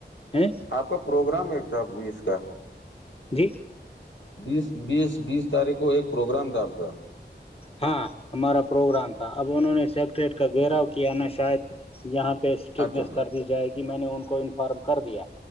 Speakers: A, on the left; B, on the left.
A: ہے
B: آپ کا پروگرام ایک تھا بیس کا
A: جی
B: بیس بیس بیس تاریخ کو ایک پروگرام تھا آپ کا
A: ہاں ہمارا پروگرام تھا اب انہوں نے سیکٹریٹ کا گراؤ کیا نا شاید یہاں اسٹرکٹنیس
B: اچھا
A: کر دی جائے گی میں نے ان کو انفارم کر دیا